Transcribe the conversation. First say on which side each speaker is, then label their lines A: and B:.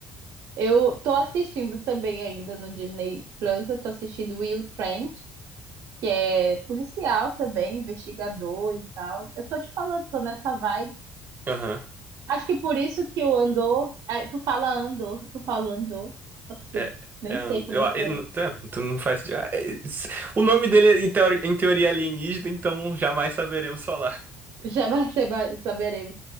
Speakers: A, on the right; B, on the right.
A: Eu tô assistindo também ainda no Disney Plus, eu tô assistindo Will Trent, que é policial também, investigador e tal. Eu tô te falando, tô nessa vibe.
B: Aham.
A: Acho que por isso que o Andor, ai, tu fala Andor, tu fala Andor. Acho que
B: É,
A: nem
B: é, and-
A: sei como
B: eu,
A: é que
B: eu,
A: é.
B: não- tá, tu não faz. ah, é, s- O nome dele, é, em teori- em teoria, alienígena, então jamais saberemos falar.
A: <laughs> Já vai ser, ba- saberemos.